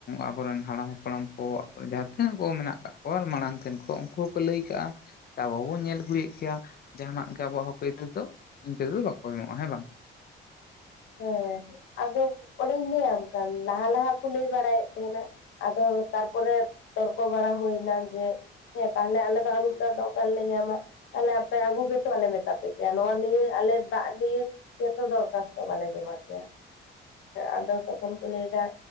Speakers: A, on the left (about 50°); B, on the left (about 75°).
A: ᱟᱵᱚᱨᱮᱱ ᱦᱟᱲᱟᱢ ᱦᱟᱯᱲᱟᱢ ᱠᱚ ᱡᱟᱦᱟᱸ ᱛᱤᱱᱟᱹᱜ ᱠᱚ ᱢᱮᱱᱟᱜ ᱠᱟᱜ ᱠᱚᱣᱟ ᱢᱟᱲᱟᱝ ᱛᱮᱱ ᱠᱚ ᱩᱱᱠᱩ ᱦᱚᱸᱠᱚ ᱞᱟᱹᱭ ᱠᱟᱜᱼᱟ ᱟᱵᱚ ᱦᱚᱸ ᱵᱚᱱ ᱧᱮᱞ ᱟᱹᱜᱩᱭᱮᱫ ᱜᱮᱭᱟ ᱡᱟᱦᱟᱱᱟᱜ ᱜᱮ ᱟᱵᱚᱣᱟᱜ ᱦᱚᱠ ᱟᱹᱭᱫᱟᱹᱨ ᱫᱚ ᱤᱱᱠᱟᱹ ᱛᱮᱫᱚ ᱵᱟᱠᱚ ᱮᱢᱚᱜᱼᱟ ᱦᱮᱸ ᱵᱟᱝ
B: ᱦᱮᱸ ᱟᱫᱚ ᱚᱸᱰᱮᱧ ᱞᱟᱹᱭᱟᱢ ᱠᱟᱱ ᱞᱟᱦᱟ ᱞᱟᱦᱟ ᱠᱚ ᱞᱟᱹᱭ ᱵᱟᱲᱟᱭᱮᱫ ᱛᱟᱦᱮᱱᱟ ᱟᱫᱚ ᱛᱟᱨᱯᱚᱨᱮ ᱛᱚᱨᱠᱚ ᱵᱟᱲᱟ ᱦᱩᱭᱱᱟ ᱡᱮ ᱦᱮᱸ ᱛᱟᱦᱞᱮ ᱟᱞᱮ ᱫᱚ ᱟᱹᱨᱩᱵ ᱫᱟᱜ ᱫᱚ ᱚᱠᱟ ᱨᱮᱞᱮ ᱧᱟᱢᱟ ᱟᱯᱮ ᱟᱹᱜᱩ ᱜᱮᱛᱚ ᱵᱟᱞᱮ ᱢᱮᱛᱟ ᱯᱮ ᱠᱮᱭᱟ ᱱᱚᱣᱟ ᱱᱤᱭᱟᱹᱮ ᱟᱞᱮ ᱫᱟᱜ ᱱᱤᱭᱮ ᱡᱚᱛᱚ ᱫᱚᱨᱠᱟᱨ ᱵᱟᱞᱮ ᱡᱚᱢᱟ ᱠᱮᱭᱟ ᱟᱫᱚ ᱛᱚᱠᱷᱚᱱ ᱠᱚ ᱞᱟᱹᱭᱫᱟ